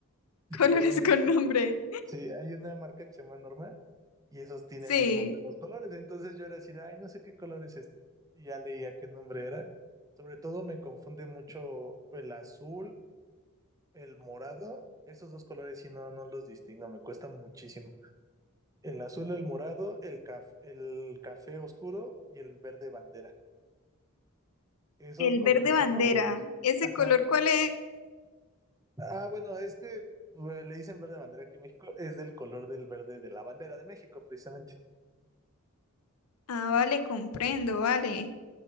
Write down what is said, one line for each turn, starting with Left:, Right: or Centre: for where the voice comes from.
Left: <laughs> colores
Right: pero
Left: con nombre.
Right: sí, hay una marca que se llama Norma y esos tienen
Left: Sí,
Right: el nombre de los colores, entonces yo era así de, ay, no sé qué color es este, y ya leía qué nombre era. Sobre todo me confunde mucho el azul, el morado, esos dos colores si no, no los distingo, me cuesta muchísimo. El azul, el morado, el caf- el café oscuro y el verde bandera. Esos
Left: el
Right: colores
Left: verde bandera.
Right: son horribles.
Left: ¿Ese
Right: Ajá.
Left: color cuál es?
Right: Ah, bueno, es que bueno, le dicen verde bandera que México es del color del verde de la bandera de México, precisamente.
Left: Ah, vale, comprendo, vale.